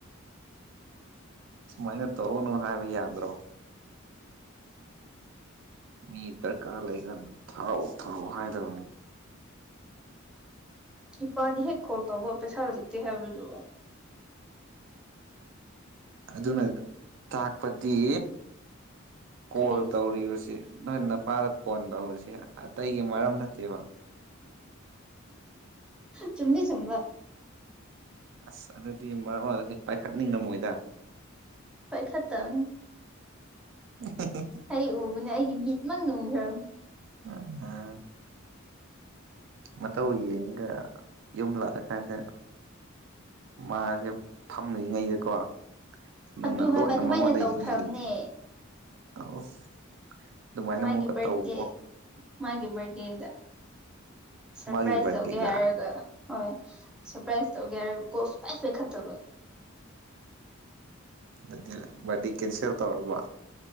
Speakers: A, on the right (about 60°); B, in the centre.
A: ꯁꯨꯃꯥꯏꯅꯥ ꯇꯧꯋꯨꯅꯨ‌ ꯍꯥꯏꯕ ꯌꯥꯗ꯭ꯔꯣ ꯃꯤ ꯗꯔꯀꯥꯔ ꯂꯩꯀꯥꯟꯗ‌ ꯊꯥꯎꯑꯣ ꯊꯥꯎꯑꯣ ꯍꯥꯏꯗꯕꯅꯤ
B: ꯏꯄꯥꯗꯤ ꯍꯦꯛ ꯀꯣꯜ ꯇꯧꯕ ꯄꯩꯁꯥ ꯂꯩꯇꯦ ꯍꯥꯏꯕꯗꯣ
A: ꯑꯗꯨꯅ ꯇꯥꯛꯄꯗꯤ ꯀꯣꯜ
B: ꯀꯔꯤ
A: ꯇꯧꯔꯤꯕꯁꯦ ꯅꯣꯏ ꯅ- ꯅꯄꯥꯗ ꯐꯣꯟ ꯇꯧꯔꯤꯁꯦ ꯑꯇꯩꯒꯤ ꯃꯔꯝ ꯅꯠꯇꯦꯕ
B: ꯆꯨꯝꯗꯤ ꯆꯨꯝꯕꯥ
A: ꯑꯁ ꯑꯗꯨꯗꯤ ꯃꯔꯛ ꯃꯔꯛꯇꯗꯤ ꯄꯥꯏꯈꯠꯅꯤꯡꯉꯝꯃꯣꯏꯗ
B: ꯄꯥꯏꯈꯠꯇꯝꯅꯦ
A: <unintelligible>
B: ꯑꯩ ꯎꯕꯅꯦ ꯑꯩꯒꯤ ꯃꯤꯠꯃꯛꯅ ꯎꯈ꯭ꯔꯕꯅꯦ
A: ꯎꯝ ꯎꯝ ꯃꯇꯧ ꯌꯦꯡꯉꯒ ꯌꯨꯝ ꯂꯥꯛꯑ ꯀꯥꯟꯗ ꯃꯥꯁꯦ ꯐꯝꯔꯤꯉꯩꯗꯀꯣ ꯅꯪꯅ
B: ꯑꯗꯨ
A: ꯂꯣꯠꯅ
B: ꯍꯥꯏꯕ ꯑꯗꯨꯃꯥꯏꯅ
A: ꯃꯉꯣꯟꯗ ꯌꯦꯡ
B: ꯇꯧꯈ꯭ꯔꯕꯅꯦ
A: ꯑꯁ ꯑꯗꯨꯃꯥꯏꯅ
B: ꯃꯥꯒꯤ
A: ꯑꯃꯨꯛꯀ
B: ꯕꯥꯔꯗꯦ
A: ꯇꯧꯀꯣ
B: ꯃꯥꯒꯤ ꯕꯥꯔꯗꯦꯗ ꯁꯔꯄ꯭ꯔꯥꯏꯖ
A: ꯃꯥꯒꯤ ꯕꯥꯔꯗꯦꯗ
B: ꯇꯧꯒꯦ ꯍꯥꯏꯔꯒ ꯍꯣꯏ ꯁꯔꯄ꯭ꯔꯥꯏꯖ ꯇꯧꯒꯦ ꯍꯥꯏꯔ ꯀꯣꯜ ꯁꯨꯛꯄꯥꯏ ꯄꯥꯏ ꯈꯠꯇꯕ
A: ꯑꯗꯨ ꯕꯥꯔꯗꯦ ꯀꯦꯟꯁꯦꯜ ꯇꯧꯔꯕꯣ